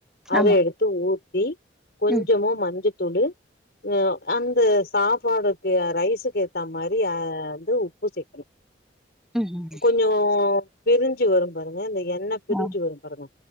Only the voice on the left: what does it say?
அத
எ த்து ஊத்தி கொஞ்சமா
மஞ்சத்தூளு ஒ அந்த சாப்பாடுக்கு ரைஸுக்கு ஏத்தா மாரி அ வந்து உப்பு சேக்கணு
கொஞ்சோ பிரிஞ்சு வரும் பாருங்க அந்த எண்ண பிரிஞ்சு
வரும் பாருங்க